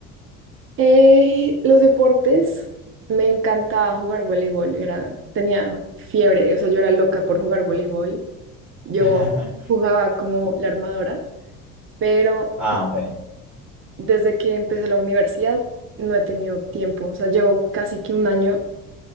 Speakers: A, on the right; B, on the right.
A: eh, los deportes, me encantaba jugar voleibol, era, tenía fiebre, o sea, yo era loca por jugar voleibol. Yo
B: <laughs>
A: jugaba como la armadora, pero
B: Ah, ok.
A: desde que empecé la universidad no he tenido tiempo. O sea, llevo casi que un año,